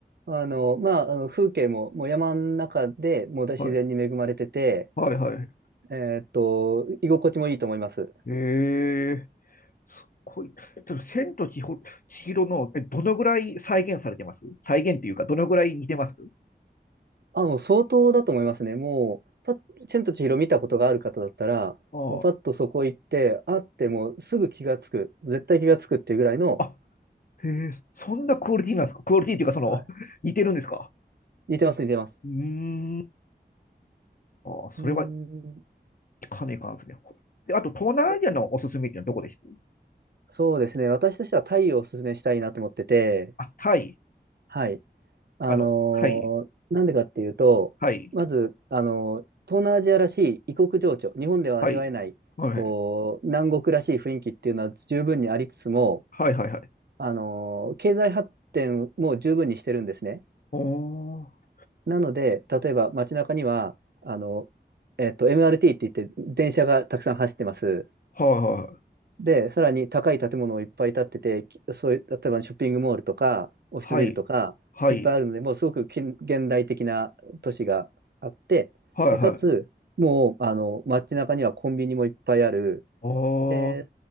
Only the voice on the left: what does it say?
はい、はいはいはい。
ええ、すごい。ちょっと、千と千穂千尋の、え、どのぐらい再現されてます再現っていうか、どのぐらい似てます
あ
あ。へえ、そんなクオリティなんですかクオリティっていうか、その、
<laughs> 似てるんですか
うーん。ああ、
それはかねかんですね。ほで、あと、東南アジアのおすすめってのはどこです
あ、タイ。
あの、はい、はい、
はい、はい、
はい、はい、はい。
おー、
はい、
はい、はい、
はい、
はい、
はい。
お
ー、